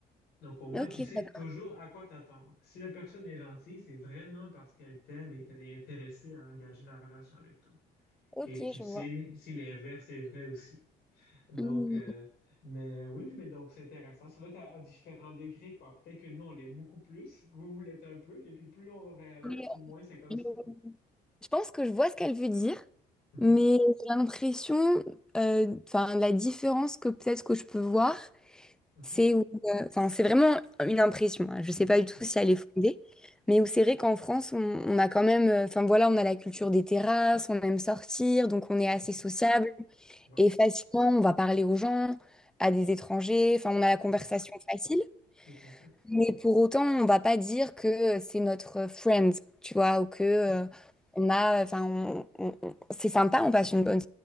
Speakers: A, on the left (about 70°); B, in the centre.
A: Donc, au moins,
B: Ok,
A: tu sais
B: d'accord.
A: toujours à quoi t'attendre. Si la personne est gentille, c'est vraiment parce qu'elle t'aime et qu'elle est intéressée à engager la relation avec toi.
B: Ok,
A: Et tu
B: je
A: sais
B: vois.
A: si l'inverse est vrai aussi. Donc,
B: Mhm.
A: euh, mais oui, mais donc c'est intéressant. Ça doit être à, à différents degrés, quoi. Peut-être que nous, on l'est beaucoup plus, vous, vous l'êtes un peu, et puis plus on va vers l'est,
B: Mais,
A: moins c'est comme
B: euh,
A: ça, quoi.
B: Je pense que je vois ce qu'elle veut dire,
A: Mhm,
B: mais j'ai l'impression, euh, enfin, la différence que peut-être que je peux voir,
A: mhm,
B: c'est où, euh, enfin, c'est vraiment une impression. hein, Je ne sais pas du tout
A: ouais,
B: si elle est fondée, mais où c'est vrai qu'en France, on, on a quand même, euh, enfin voilà, on a la culture des terrasses, on aime sortir, donc on est assez
A: mhm,
B: sociable.
A: ouais,
B: Et facilement, on va parler aux gens, à des étrangers, enfin, on a la
A: tout
B: conversation
A: à fait,
B: facile.
A: tout à fait.
B: Mais pour autant, on va pas dire que c'est notre friend, tu vois, ou que euh,
A: Ouais,
B: on a, enfin, on- on- on- c'est sympa, on passe une bonne